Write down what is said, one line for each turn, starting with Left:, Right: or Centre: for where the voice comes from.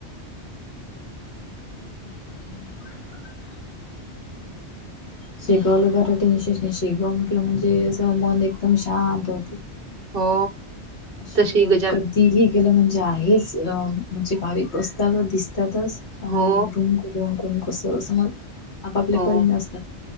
Left: <unintelligible> शेगावला जरा टेन्शस नाही. शेगाव म्हटल म्हणजे अस मन एकदम शांत होते.
Right: हो
Left: शेगावला
Right: तशी गजानन
Left: कधीही गेल म्हणजे आहेच अ म्हणजे भाविक असतातच दिसतातच. अम्म
Right: हो,
Left: रूम करु कोण कोणी कस समज आप आपल्या
Right: हो.
Left: परीने असतातच.